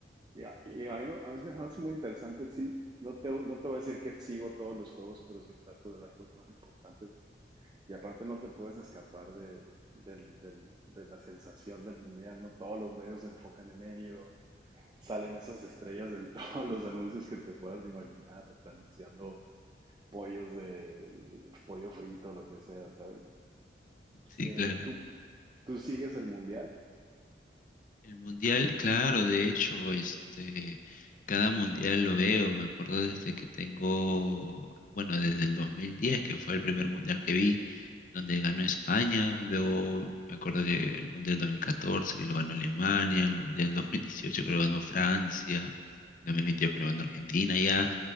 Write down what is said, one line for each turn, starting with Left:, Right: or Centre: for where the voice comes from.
Right: Y a, y a mí, a mí me hace muy interesante, sí, no te, no te voy a decir que sigo todos los juegos, pero sí trato de ver los más importantes. Y aparte no te puedes escapar de, del- del- de la sensación del mundial, ¿no? Todos los medios se enfocan en ello, salen esas estrellas en <laughs> todos los anuncios que te puedas imaginar, hasta anunciando pollos de pollo frito, lo que sea, ¿sabes?
Left: Sí,
Right: Eh,
Left: claro.
Right: ¿tú, tú sigues el mundial?
Left: El mundial, claro, de hecho, este, cada mundial lo veo, me acuerdo desde que tengo, bueno, desde el 2010, que fue el primer mundial que vi, donde ganó España, luego me acuerdo que el mundial 2014, que lo ganó Alemania, el mundial 2018 que lo ganó Francia, 2022 que lo ganó Argentina, ya